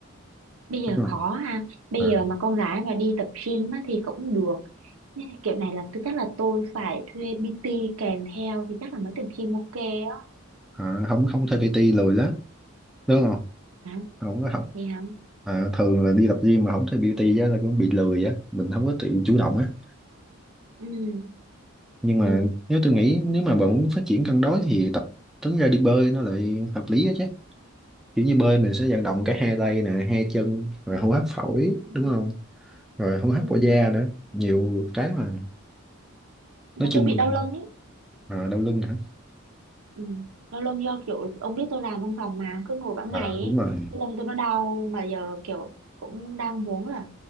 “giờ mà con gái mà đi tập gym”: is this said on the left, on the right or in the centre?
Right